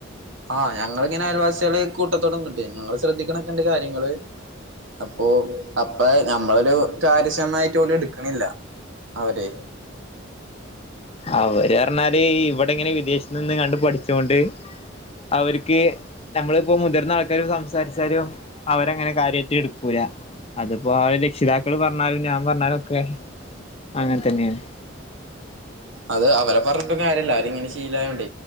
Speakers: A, on the right; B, on the left.
A: ആഹ് ഞങ്ങ ഇങ്ങനെ അയൽവാസികള് കൂട്ടത്തോടൊ ഒന്നിട്ട് ഞങ്ങൾ ശ്രദ്ധിക്കണക്കെണ്ട് കാര്യങ്ങൾ അപ്പൊ അപ്പ നഞമ്മളൊരു കാര്യക്ഷമമായിട്ട് പോലും എടുക്കണില്ല അവരെ
B: അവര് പറഞ്ഞാല് ഇവിടെ ഇങ്ങനെ വിദേശത്ത് നിന്ന് കണ്ട് പഠിച്ച കൊണ്ട് അവർക്ക് നമ്മളിപ്പോ മുതിർന്ന ആൾക്കാര് സംസാരിച്ചാലും അവരങ്ങനെ കാര്യമായിട്ട് എടുക്കൂല അതിപ്പോ ആഹ രക്ഷിതാക്കൾ പറഞ്ഞാലും ഞാൻ പറഞ്ഞാലും ഒക്കെ അങ്ങനെ തന്നെയാണ്
A: അത് അവരെ പറഞ്ഞിട്ടും കാര്യല്ല അവരിങ്ങനെ ശിലായോണ്ട്